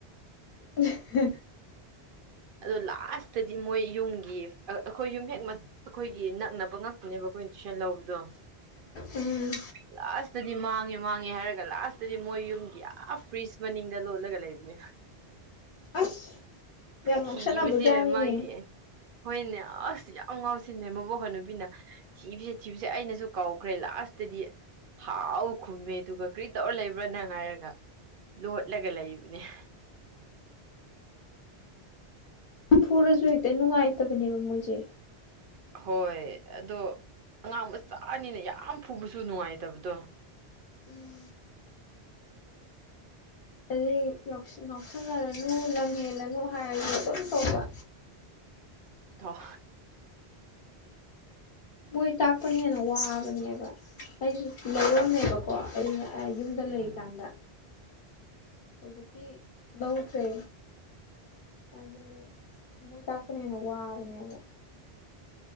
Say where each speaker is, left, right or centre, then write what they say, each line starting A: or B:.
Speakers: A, on the left; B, on the right.
A: ꯏ ꯍꯝ꯫
B: ꯑꯗꯣ ꯂꯥꯁꯇꯗꯤ ꯃꯣꯏ ꯌꯨꯝꯒꯤ ꯑꯈꯣꯏ ꯌꯨꯝ ꯍꯦꯛ ꯑꯈꯣꯏꯒꯤ ꯅꯛꯅꯕ ꯉꯛꯇꯅꯦꯕ꯫ ꯈꫭꯏꯅ ꯇꯨꯏꯁꯟ ꯂꯧꯕꯗꯣ꯫
A: ꯎꯝ
B: ꯂꯥꯁꯇꯗꯤ ꯃꯥꯡꯉꯦ ꯃꯥꯡꯉꯦ ꯍꯥꯏꯔꯒ ꯂꯥꯁꯇꯗꯤ ꯃꯣꯏ ꯌꯨꯝꯒꯤ ꯑꯥ ꯐ꯭ꯔꯤꯖ ꯃꯅꯤꯡꯗ ꯂꯣꯠꯂꯒ ꯂꯩꯕꯅꯦꯕ꯫ ꯫
A: ꯑꯁ꯫ ꯌꯥꯝ ꯉꯥꯎꯁꯟꯅꯕꯖꯥꯠꯅꯤꯅꯦ
B: ꯊꯤꯕꯁꯦ ꯃꯥꯒꯤ꯫ ꯍꯣꯏꯅꯦ ꯑꯁ ꯌꯥꯝ ꯉꯥꯎꯁꯤꯟꯅꯩ ꯃꯕꯣꯛ ꯍꯅꯨꯨꯕꯤꯅ ꯊꯤꯕꯁꯤ ꯊꯤꯕꯁ ꯑꯩꯅꯁꯨ ꯀꯧꯈ꯭ꯔꯦ ꯂꯥꯁ꯫ ꯇꯗꯤ ꯍꯥꯎ ꯈꯨꯝꯃꯦ ꯑꯗꯨꯒ ꯀꯔꯤ ꯇꯧꯔ ꯂꯩꯕ꯭ꯔꯥ ꯅꯪ ꯍꯥꯏꯔꯒ꯫ ꯂꯣꯠꯂꯒ ꯂꯩꯕꯅꯦ ꯫
A: ꯐꯨꯔꯁꯨ ꯍꯦꯛꯇ ꯅꯨꯡꯉꯥꯏꯇꯕꯅꯦꯕ ꯃꯣꯏꯖ‌ꯦ꯫
B: ꯍꯣꯏ ꯑꯗꯣ ꯑꯉꯥꯡ ꯃꯆꯥꯅꯤꯅ ꯌꯥꯝ ꯐꯨꯕꯁꯨ ꯅꯨꯡꯉꯥꯏꯇꯕꯗꯣ꯫
A: ꯎꯝ꯫
B: ꯫
A: ꯑꯗꯩ ꯌꯥꯎꯁꯟꯅꯔꯅꯨ ꯂꯝ ꯍꯦꯜꯂꯅꯨ ꯍꯥꯏꯔꯁꯨ ꯑꯗꯨꯝ ꯇꯧꯕ꯫
B: ꯇꯥꯎ꯫
A: ꯃꯣꯏ ꯇꯥꯛꯄ ꯍ‌ꯦꯟꯅ ꯋꯥꯕꯥ ꯑꯩꯁꯨ ꯂꯧꯔꯝꯃꯦꯕꯀꯣ ꯑꯗꯨꯅ꯫ ꯑ ꯌꯨꯝꯗ‌
B: ꯎꯝ
A: ꯂꯩ ꯀꯥꯗ꯫ ꯍꯧꯖꯤꯛꯇꯤ ꯂꯧꯗ꯭ꯔꯦ꯫ ꯑꯗꯨ ꯃꯣꯏ ꯇꯥꯛꯄꯅ ꯍ‌ꯦꯟꯅ ꯋꯥꯕꯅꯦꯕ꯫